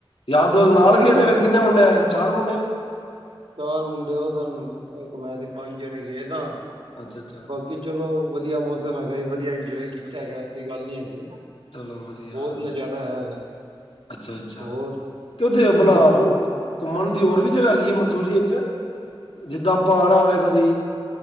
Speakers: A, on the left (about 75°); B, on the right (about 75°).
A: ਯਾਰ ਦੋਸਤ ਨਾਲ
B: ਉਹ ਵੀ
A: ਗ
B: ਨਾ
A: ਨੇ ਫੇਰ ਕਿੰਨੇ ਮੁੰਡੇ ਆਏ। ਚਾਰ ਮੁੰਡੇ।
B: ਚਾਰ ਮੁੰਡੇ ਉਹ ਸਨ ਇੱਕ ਮੈਂ ਦੇ ਪੰਜ ਜਣੇ ਗਏ ਤਾਂ
A: ਅੱਛਾ ਅੱਛਾ।
B: ਕਿ ਚਲੋ ਵਧੀਆ ਮੌਸਮ ਹੈਗਾ ਵਧੀਆ ਇੰਜੋਏ ਕੀਤਾ ਹੈਗਾ ਐਸੀ ਗੱਲ ਨੀ ਹੈਗੀ।
A: ਚਲੋ ਵਧੀਆ।
B: ਬਹੁਤ
A: ਹੋਰ
B: ਨਜ਼ਾਰਾ
A: ਕੀ
B: ਹੈ ਹੈਗਾ।
A: ਅੱਛਾ ਅੱਛਾ
B: ਹੋਰ
A: ਤੇ ਉਹਦੇ
B: ਤੁਸੀਂ
A: ਬਣਾ
B: ਬਣਾਓ।
A: ਘੁੰਮਣ ਦੀ ਹੋਰ ਵੀ ਜਗ੍ਹਾ ਹੈਗੀ ਹੈ। ਮਨਸੂਰੀ ਜਿੱਦਾਂ ਪਾਣਾ ਹੋਵੇ ਕਦੀ